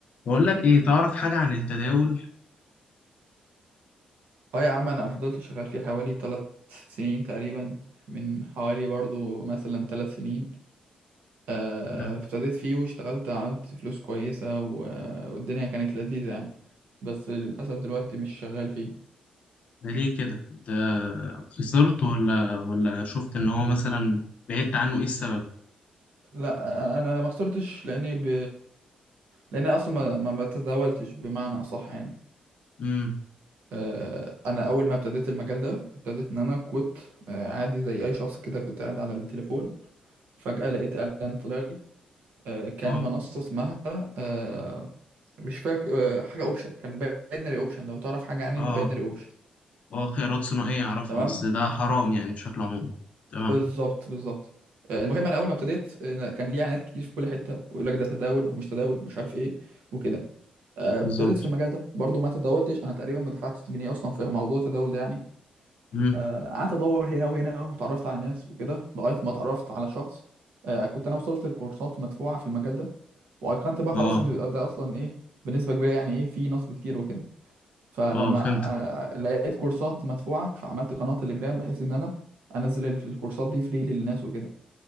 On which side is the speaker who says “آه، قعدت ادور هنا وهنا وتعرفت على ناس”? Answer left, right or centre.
Right